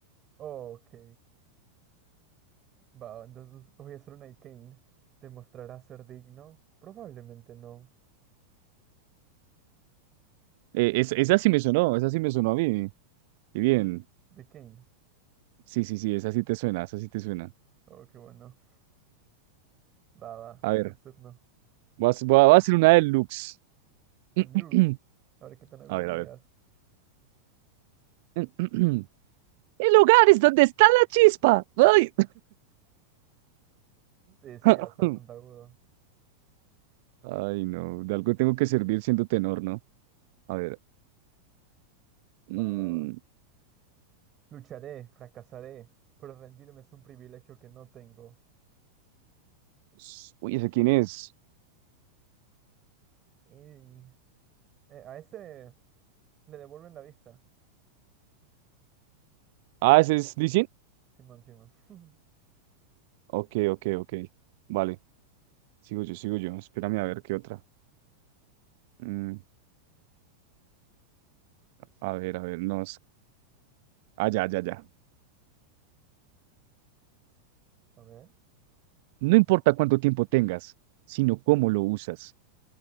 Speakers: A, on the right (about 30°); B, on the right (about 50°).
A: Oh, ok. Va, entonces voy a hacer una de Kane. ¿Demostrará ser digno? Probablemente no.
B: Eh, es- esa sí me sonó, esa sí me sonó a mí. Y bien.
A: Ese es de, de Kane.
B: Sí, sí, sí, esa sí te suena, esa sí te suena.
A: Oh, qué bueno. Va, va.
B: A ver,
A: Tu turno.
B: voy a, hac- voy a voy a hacer una deluxe.
A: Deluxe.
B: <clears throat>
A: A ver qué tan agudo
B: A ver,
A: llegas.
B: a ver. <clears throat> El hogar es donde está la chispa. Ay.
A: Sí, sí,
B: <clears throat>
A: llegas bastante
B: <laughs>
A: agudo.
B: Ay, no, de algo tengo que servir siendo tenor, ¿no? A ver. mm,
A: Va, va, va. Lucharé, fracasaré, pero rendirme es un privilegio que no tengo.
B: s- Uy, ¿ese quién es?
A: Ey. Eh, a ese le devuelven la vista.
B: Ah, ¿ese es Lee Sin?
A: Simón, Simón. <laughs>
B: Ok, ok, ok. Vale, sigo yo, sigo yo. Espérame a ver qué otra. Mm, a ver, a ver, no. es- Ah, ya, ya, ya.
A: A ver.
B: No importa cuánto tiempo tengas, sino cómo lo usas.